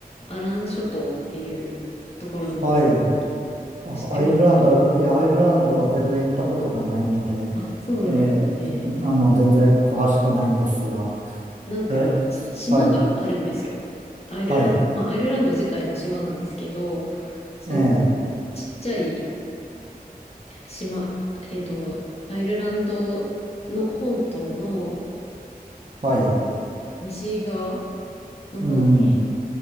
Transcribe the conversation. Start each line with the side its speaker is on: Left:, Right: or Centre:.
Left: アラン諸島っていうところなんですけど、
Right: はい。あ、
Left: 知ってますか
Right: アイルランド、いや、アイルランド全然行ったことがないので、
Left: あ、そうなんですね。
Right: えーちょっと、あの、全然詳しくないんですが、
Left: なんか、
Right: え、
Left: し島があるんですよ。
Right: はい、
Left: アイルランド、
Right: はい、
Left: まあ、アイルランド自体も島なんですけど、その
Right: えー
Left: ちっちゃい島、えっと、アイルランドの本島の
Right: はい、
Left: 西側の方に
Right: うん、